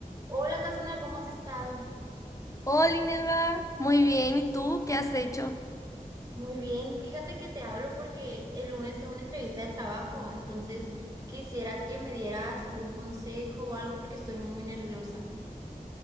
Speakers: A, on the right; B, on the left.
A: Hola, Cassandra, ¿cómo has estado?
B: Hola, Inelva. Muy bien. ¿Y tú qué has hecho?
A: Muy bien, fíjate que te hablo porque el lunes tengo una entrevista de trabajo, entonces quisiera que me dieras algún consejo o algo porque estoy muy nerviosa.